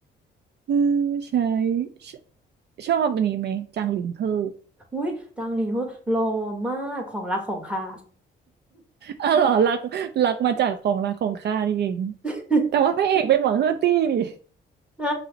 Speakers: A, on the right; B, in the centre.
A: เออใช่ชชอบอันนี้ไหมจางหลินเฮ่อ
B: อุ้ยจางหนีเหัวหล่อมากของรักของข้า
A: อ้อเหรอรักรักมาจากของรักของข้านี่เอง
B: <laughs>
A: แต่ว่าพระเอกเป็นหวังเฮอร์ตี้นี่
B: นะ